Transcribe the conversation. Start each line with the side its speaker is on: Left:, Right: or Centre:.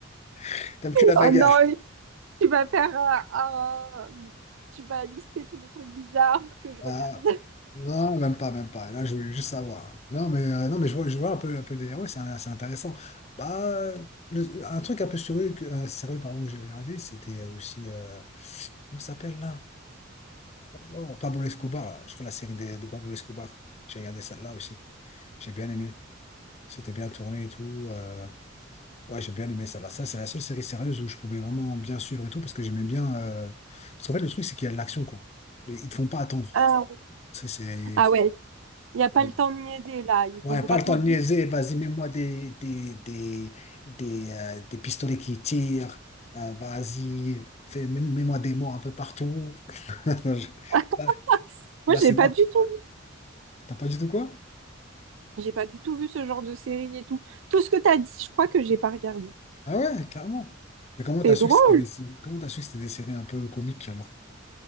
Left: <laughs> T'aimes que la bagarre.
Right: Oh non, tu vas faire un, un- Tu vas lister tous les trucs bizarres que je regarde.
Left: Ah, non, même pas, même pas. Là, je voulais juste savoir. Non, mais, euh, non, mais je vois, je vois un peu, un peu le délire. Ouais, c'est un- c'est intéressant. Bah, le- un truc un peu sérieux, que, euh, sérieux pardon, que j'avais regardé, c'était euh, aussi... euh, comment ça s'appelle, là? Oh, Pablo Escobar, je crois la série de, de Pablo Escobar. J'ai regardé celle-là aussi. J'ai bien aimé. C'était bien tourné et tout. euh, Ouais, j'ai bien aimé celle-là. Ça, c'est la seule série sérieuse où je pouvais vraiment bien suivre et tout parce que j'aimais bien. euh, Parce qu'en fait, le truc, c'est qu'il y a de l'action, quoi. Mais Ils te font pas attendre.
Right: Ah,
Left: Tu sais, C'est.
Right: ah ouais, Il n'y a pas
Left: bon,
Right: le temps de niaiser là, ils
Left: Ouais,
Right: vont droit
Left: pas le temps
Right: au but.
Left: de niaiser. Vas-y, mets-moi des, des, des, des, euh, des pistolets qui tirent. Euh, vas-y, fais- mets- mets-moi des morts un peu partout. <laughs>
Right: <laughs>
Left: Là,
Right: Moi,
Left: là,
Right: j'ai
Left: c'est
Right: pas
Left: moi.
Right: du
Left: qui-
Right: tout
Left: T'as pas du tout quoi?
Right: vu. J'ai pas du tout vu ce genre de série et tout. Tout ce que tu as dit, je crois que j'ai pas regardé.
Left: Ah ouais, clairement. Mais comment t'as
Right: C'est
Left: su
Right: drôle.
Left: que c'était des... comment t'as su que c'était des séries un peu comiques alors?